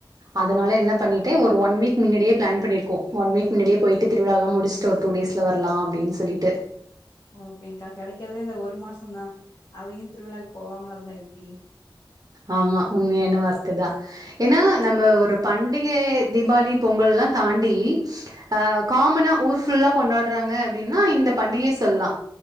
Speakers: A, on the right (about 45°); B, on the left (about 45°).
A: அதனால என்ன பண்ணிட்ட ஒரு ஒன் வீக் மின்னாடியே பிளான் பண்ணிருக்கோ ஒன் வீக் மின்னாடியே போய்ட்டு திருவிழால முடிச்சுட்டு ஒரு டூ டேஸ்ல வரலா அப்டின் சொல்லிட்டு
B: ஓகேங்க்கா கெடைக்கிறதே அந்த ஒரு மாசந்தா அதையு திருவிழாக்கு போவாம இருந்தா எப்டி
A: ஆமா உண்மையான வார்த்ததா ஏனா நம்ம ஒரு பண்டிகை தீபாளி பொங்கல்லா தாண்டி ஆ காமனா ஊர் ஃபுல்லா கொண்டாடுறாங்க அப்டினா இந்த பண்டிகை சொல்லா